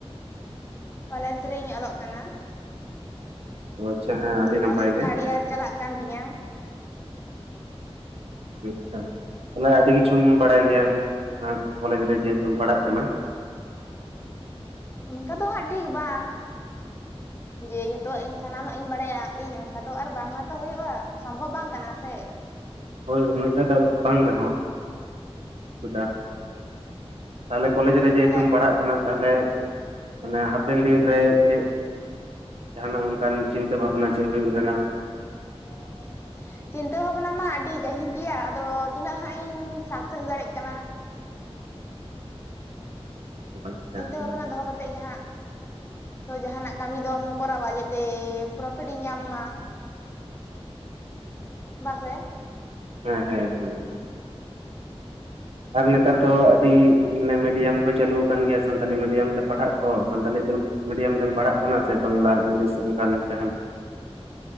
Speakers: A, on the left (about 25°); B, on the right (about 70°).
A: ᱠᱚᱞᱮᱡᱽ ᱨᱤᱧ ᱚᱞᱚᱜ ᱠᱟᱱᱟ
B: ᱟᱪᱪᱷᱟ ᱦᱮᱸ ᱟᱹᱰᱤ
A: ᱱᱮᱸᱥ
B: ᱱᱟᱯᱟᱭ ᱜᱮ
A: ᱛᱷᱟᱲ ᱤᱭᱟᱨ ᱪᱟᱞᱟᱜ ᱠᱟᱱ ᱛᱤᱧᱟᱹ
B: ᱟᱪᱪᱷᱟ ᱛᱟᱦᱚᱞᱮ ᱟᱹᱰᱤ ᱠᱤᱪᱷᱩᱢ ᱵᱟᱲᱟᱭ ᱜᱮᱭᱟ ᱠᱚᱞᱮᱡᱽ ᱨᱮ ᱡᱮᱦᱮᱛᱩᱢ ᱯᱟᱲᱦᱟᱜ ᱠᱟᱱᱟ
A: ᱚᱱᱠᱟ ᱫᱚ ᱦᱟᱸᱜ ᱴᱷᱤᱠ ᱵᱟᱝ ᱡᱮ ᱱᱮᱛᱳᱜ ᱤᱧ ᱥᱟᱱᱟᱢᱟᱜ ᱤᱧ ᱵᱟᱲᱟᱭᱟ ᱤᱧ ᱚᱱᱠᱟ ᱫᱚ ᱟᱨ ᱵᱟᱝ ᱢᱟᱛᱚ ᱦᱩᱭᱩᱜᱼᱟ ᱥᱚᱢᱵᱷᱚᱵ ᱵᱟᱝ ᱠᱟᱱᱟ ᱥᱮ
B: ᱦᱳᱭ ᱩᱱᱟᱹᱴᱟ ᱫᱟ ᱵᱟᱝ ᱨᱮᱦᱚᱸ ᱠᱤᱪᱷᱩ ᱴᱟ ᱛᱟᱦᱚᱞᱮ ᱠᱚᱞᱮᱡᱽ ᱨᱮ ᱡᱮᱦᱮᱛᱩᱢ
A: ᱛᱟᱦᱞᱮ
B: ᱯᱟᱲᱦᱟᱜ ᱠᱟᱱᱟ ᱛᱟᱦᱚᱞᱮ ᱚᱱᱟ ᱦᱟᱯᱮᱱ ᱫᱤᱱᱨᱮ ᱪᱮᱫ ᱡᱟᱦᱟᱱᱟᱜ ᱚᱱᱠᱟᱱ ᱪᱤᱱᱛᱟᱹ ᱵᱷᱟᱵᱱᱟ ᱪᱮᱫ ᱦᱳᱭᱳᱜ ᱨᱮᱱᱟᱜ
A: <inaudible> ᱪᱤᱱᱛᱟᱹ ᱵᱷᱟᱵᱱᱟ ᱢᱟ ᱟᱹᱰᱤ ᱜᱟᱹᱦᱤᱨ ᱜᱮᱭᱟ ᱟᱫᱚ ᱛᱤᱱᱟᱹᱜ ᱦᱟᱸᱜ ᱤᱧ ᱥᱟᱠᱥᱮᱥ ᱫᱟᱲᱮᱭᱟᱜ ᱠᱟᱱᱟ
B: ᱟᱪᱪᱷᱟ
A: ᱪᱤᱱᱛᱟᱹ
B: ᱦᱮᱸ
A: ᱵᱷᱟᱵᱱᱟ ᱫᱚᱦᱚ ᱠᱟᱛᱮᱜ ᱜᱮ ᱦᱟᱸᱜ ᱛᱚ ᱡᱟᱦᱟᱱᱟᱜ ᱠᱟᱹᱢᱤ ᱫᱚᱢ ᱠᱚᱨᱟᱣᱟ ᱛᱮ ᱯᱨᱚᱯᱷᱤᱴ ᱤᱧ ᱧᱟᱢ ᱢᱟ ᱵᱟᱥᱮ
B: ᱦᱮᱸ ᱦᱮᱸ ᱮᱠᱫᱚᱢ ᱮᱠᱫᱚᱢ ᱟᱨ ᱱᱮᱛᱟᱨ ᱫᱚ ᱟᱹᱰᱤ ᱢᱤᱰᱤᱭᱟᱢ ᱠᱚ ᱪᱟᱹᱟᱞᱩ ᱠᱟᱱ ᱜᱮᱭᱟ ᱥᱟᱱᱛᱟᱞᱤ ᱢᱤᱰᱤᱭᱟᱢ ᱛᱮ ᱯᱟᱲᱦᱟᱜ ᱠᱚ ᱥᱟᱱᱛᱟᱞᱤ ᱛᱮᱢ ᱢᱤᱰᱤᱭᱟᱢ ᱛᱮᱢ ᱯᱟᱲᱦᱟᱜ ᱠᱟᱱᱟ ᱥᱮ ᱵᱟᱝᱞᱟ ᱤᱝᱞᱤᱥ ᱥᱮ ᱚᱱᱠᱟᱱ ᱡᱟᱦᱟᱱ